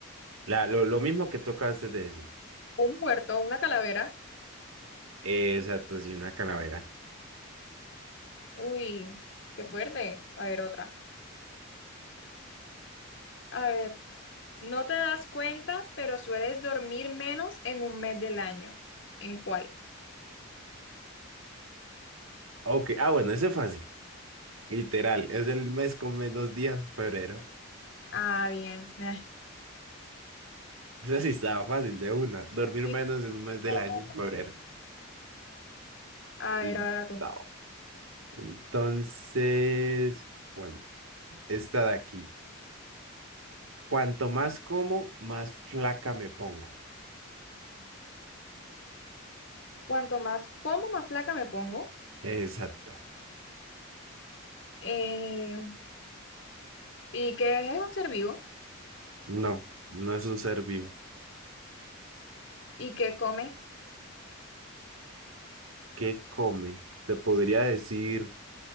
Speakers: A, on the right; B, on the left.
A: La, lo, lo mismo que tú acabaste de decir.
B: un muerto, una calavera.
A: Exacto, sí, una calavera.
B: Uy, qué fuerte. A ver, otra. A ver. No te das cuenta, pero sueles dormir menos en un mes del año. ¿En cuál?
A: Ok, ah, bueno, ese es fácil. Literal, es el mes con menos días, febrero.
B: Ah, bien. eh.
A: <laughs> Eso sí estaba fácil de una. Dormir
B: Sí,
A: menos en un mes del
B: claro.
A: año, febrero.
B: A
A: Y
B: ver, ahora tú.
A: no. Entonces, bueno, esta de aquí. Cuanto más como, más flaca me pongo.
B: Cuanto más como, más flaca me pongo.
A: Exacto.
B: Eh, ¿y qué es un ser vivo?
A: No, no es un ser vivo.
B: ¿Y qué come?
A: ¿Qué come? Te podría decir,